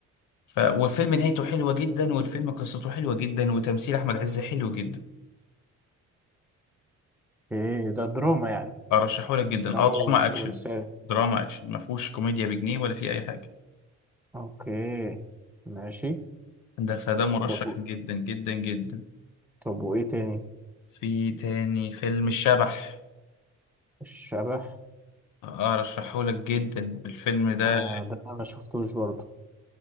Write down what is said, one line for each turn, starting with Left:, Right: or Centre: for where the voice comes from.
Left: ف... والفيلم نهايته حلوة جدا والفيلم قصته حلوة جدا وتمثيل احمد عز حلو جدا
Centre: ايه ده دراما يعني
Left: ارشحه لك جدا
Centre: دراما
Left: اه دراما
Centre: و-
Left: اكشن
Centre: ورسالة
Left: دراما اكشن ما فيهوش كوميديا بجنيه ولا في اي حاجة
Centre: اوكي ماشي
Left: ده فده مرشح
Centre: طب
Left: جدا جدا جدا
Centre: طب وايه تاني
Left: في تاني فيلم الشبح
Centre: الشبح
Left: ارشحه لك جدا الفيلم ده
Centre: آه ده انا ما شفتوش برضه